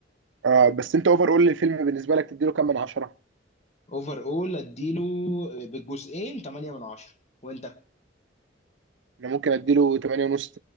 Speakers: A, on the right; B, on the left.
A: آه بس انت اوفر قول لي الفيلم بالنسبه لك تديله كام من عشرة
B: اوفر اول اديله بالجزئين 8 من 10 وانت
A: انا ممكن اديله 8 ونص